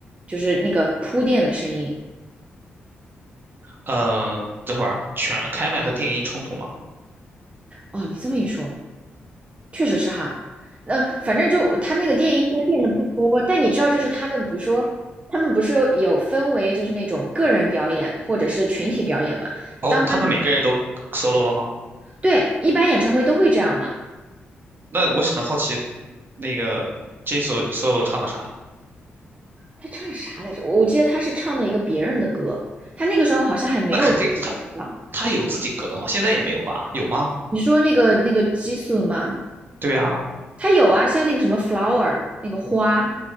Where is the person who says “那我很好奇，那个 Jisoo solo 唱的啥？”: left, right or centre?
Right